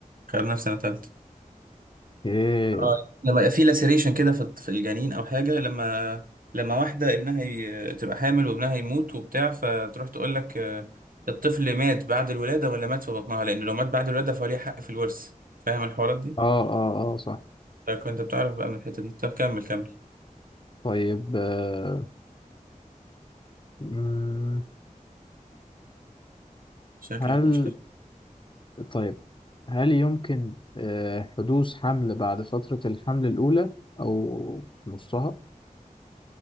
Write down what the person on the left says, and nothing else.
إيه
آه آه آه صح
طيب آه، مم،
هل
طيب هل يمكن آه، حدوث حمل بعد فترة الحمل الأولى أو نصها؟